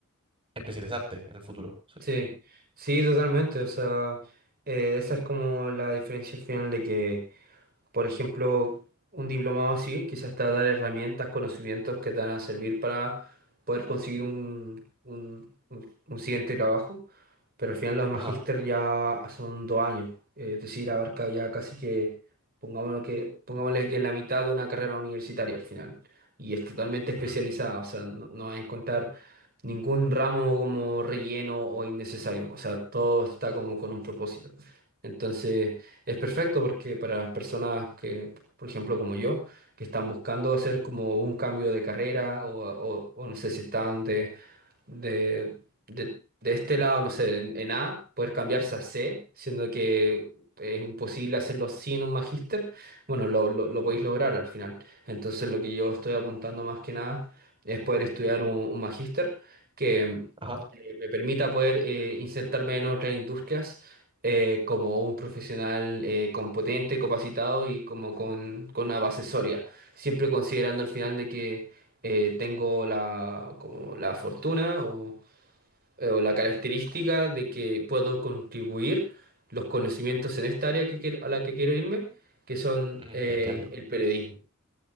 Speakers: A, on the right; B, on the right.
A: especializarte en el futuro. sí.
B: Sí, sí, totalmente. O sea, eh, esa es como la diferencia al final de que por ejemplo, un diplomado así, quizás te va a dar herramientas, conocimientos que te van a servir para poder conseguir un, un- un- un siguiente trabajo, pero al final los magíster
A: Ajá,
B: ya son dos años, eh, es decir, abarca ya casi que, pongámoslo que, pongámosle que la mitad de una carrera universitaria al final, y es totalmente especializada,
A: ujú,
B: o sea, no, no vas a encontrar ningún ramo como relleno o innecesario, o sea, todo está como con un propósito. Entonces es perfecto porque para las personas que, por ejemplo, como yo, que están buscando hacer como un cambio de carrera o, o- o no sé si están de, de, de, de este lado, no sé, en, en A, poder cambiarse a C, siendo que es imposible hacerlo sin un magíster, bueno, lo, lo, lo podéis lograr al final. Entonces lo que yo estoy apuntando más que nada es poder estudiar un, un magíster que
A: ajá,
B: eh, me permita poder eh, insertarme en otras industrias. eh, como un profesional eh, competente, capacitado y como con, con una base sólida, siempre considerando al final de que eh, tengo la, como la fortuna o, eh, o la característica de que puedo contribuir los conocimientos en esta área que quiero- a la que quiero irme, que son
A: ujú,
B: eh,
A: te entiendo.
B: el periodismo.